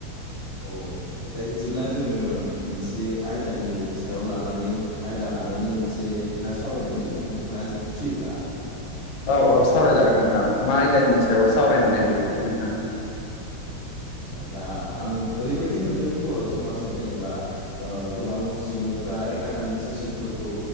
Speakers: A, on the left; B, on the left.
A: औ दा बिदिब्ला जोङो मोनसे आयदानि सायाव लानानै आयदा लानानै मोनसे खोथा सावरायनि नोंथाङा फ्रिब्ला
B: औ औ सावरायजागोन नोंथां मा आयदानि सायाव सावरायनो नागिरदों नोंथाङा
A: दा आं ओरैबायदि नुदों बर' समाजाव जेनेबा ओ गोबां सुबुंफ्रा एकाडामिक सेसनफोरखौ